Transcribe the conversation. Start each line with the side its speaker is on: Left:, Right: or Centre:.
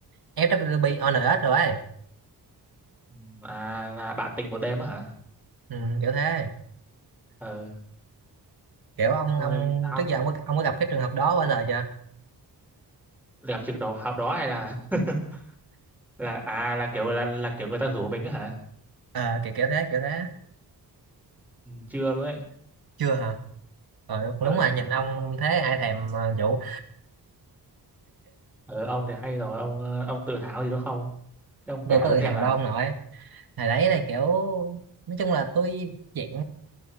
Right: ép vê kép pê, O FWB, ONS rồi ấy,
Centre: Ừm, À là bạn tình một đêm á hả?
Right: ừ, kiểu thế.
Centre: Ờ,
Right: Kiểu ông
Centre: thôi
Right: ông
Centre: sao?
Right: trước giờ ông có, ông có gặp cái trường hợp đó bao giờ chưa?
Centre: Đẹp chừng đầu học đó hay là <laughs> là à là kiểu là là kiểu người ta rủ mình á hả?
Right: Ờ, kiểu kiểu thế kiểu thế.
Centre: Ừ, chưa luôn ấy.
Right: Chưa hả? Ờ đúng, đúng
Centre: Ờ,
Right: rồi, nhìn ông thế ai thèm ờ, vụ
Centre: ờ ông thì hay rồi, ông ờ, ông tự hào gì đâu không? Thế ông kể
Right: tôi có
Centre: tôi
Right: tự
Centre: xem
Right: hào
Centre: nào.
Right: đâu ông nội. Hồi đấy là kiểu nói chung là tôi dạng